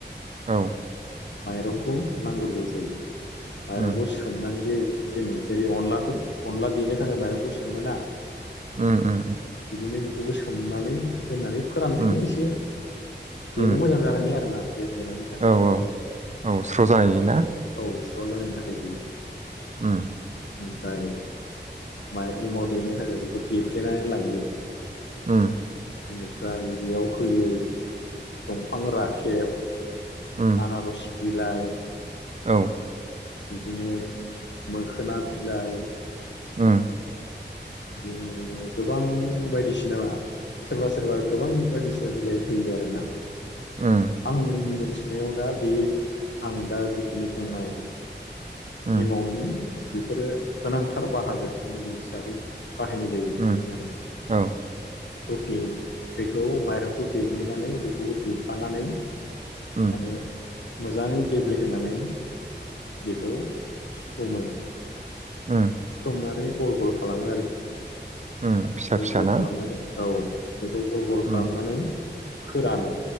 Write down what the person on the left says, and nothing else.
माइरंखौ नांग्रोगौ जायो माइरंखौ
सोमनानै जे दोनो जेरै अनलाखौ अनला देनो थाखाय माइरंखौ सोमोना
बिदिनो बेखौबो सोमनानै दोननानै फोरानफिनो
एसे बेनो
मोजां जानायनि आरोना गेब्लेनायनि थाखाय
औ स्र' जानायनि थाखाय
ओमफ्राय माइ एमाव देनो थाखाय बेखौ देफ्लेनानै लायो
बेनिफ्राय बेयाव होयो दंफां राखेब
आनारस बिलाइ
बिदिनो मोखोना बिलाइ
बिदि गोबां बायदिसिना सोरबा सोरबा गोबां बायदिसिना बिलाइ होयो आरोना
आंनि मोनसे बिनायाव दा बे आं दा जिखिनि बुंनाय
एमावनि बेफोरो गोनांथार बाहागो मुलि हिसाबै बाहायनाय जायो बेफोरखौ
माने
बेखौ दे बेखौ माइरंखौ देग्लिनानै बेखौ देफानानै
माने मोजाङै गेब्लेहोनानै बेखौ सिफुमो
सिथमनानै गल गल खालामो आरोखि
गल
गल
खालामनानै औ बेखौ गल गल खालामनानै
फोरानो